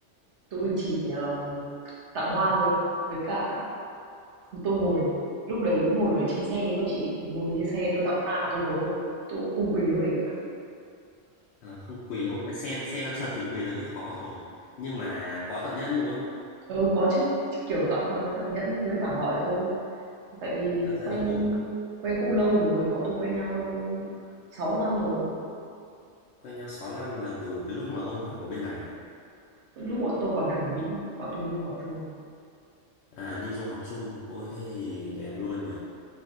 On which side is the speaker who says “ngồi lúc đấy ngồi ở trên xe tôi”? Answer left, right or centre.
Right